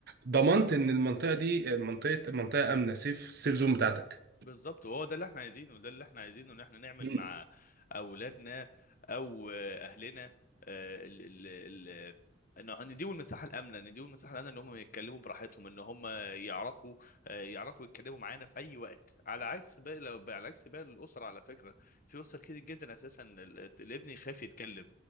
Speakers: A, on the right; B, on the left.
A: ضمنت إن المنطقة دي منطقة منطقة آمنة سيف سيف زون بتاعتك
B: بالظبط وهو ده اللي احنا عايزينه وده اللي احنا عايزينه ان احنا نعمل
A: مم.
B: مع اولادنا او آه، اهلنا آه، ال ال ال ان إن نديهم المساحه الامنه نديهم المساحه الامنه ان هم يتكلموا براحتهم ان هم يعرفوا آه، يعرفوا يتكلموا معانا في اي وقت على عكس باقي لو على عكس باقي الاسر على فكره في اسر كتير جدا اساسا ال- الابن يخاف يتكلم